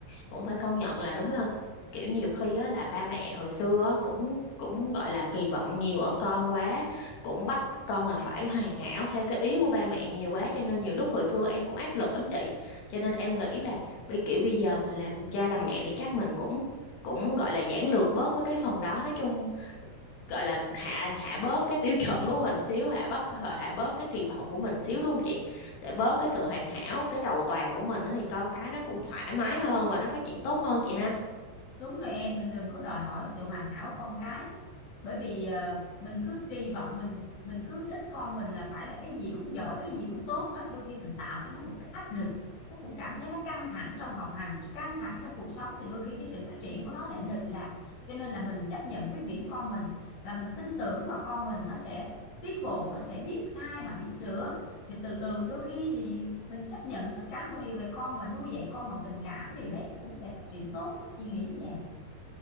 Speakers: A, on the left; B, on the left.
A: cũng phải công nhận là đúng là kiểu nhiều khi á là ba mẹ hồi xưa á, cũng cũng gọi là kỳ vọng nhiều ở con quá, cũng bắt con là phải hoàn hảo theo cái ý của ba mẹ nhiều quá cho nên nhiều lúc hồi xưa em cũng áp lực lắm chị. Cho nên em nghĩ là bây kiểu bây giờ mình làm cha làm mẹ thì chắc mình cũng cũng gọi là giản lược bớt với cái phần đó nói chung gọi là hạ hạ bớt cái tiêu chuẩn của mình xíu hạ bớt hạ, hạ bớt cái kỳ vọng của mình xíu đúng không chị để bớt cái sự hoàn hảo cái cầu toàn của mình á, thì con cái nó cũng thoải mái hơn và nó phát triển tốt hơn chị ha
B: Đúng rồi em, mình đừng có đòi hỏi sự hoàn hảo của con cái. Bởi vì ờ, mình cứ kỳ vọng mình mình cứ thích con mình là phải là cái gì cũng giỏi, cái gì cũng tốt hết. Đôi khi mình tạo cho nó một cái áp lực, nó cũng cảm thấy nó căng thẳng trong học hành, căng thẳng trong cuộc sống thì đôi khi cái sự phát triển của nó lại lệch lạc. Cho nên là mình chấp nhận khuyết điểm con mình và mình tin tưởng vào con mình nó sẽ tiến bộ, nó sẽ biết sai mà biết sửa thì từ từ đôi khi thì mình chấp nhận tất cả mọi điều về con và nuôi dạy con bằng tình cảm thì bé nó cũng sẽ phát triển tốt á chị nghĩ như vậy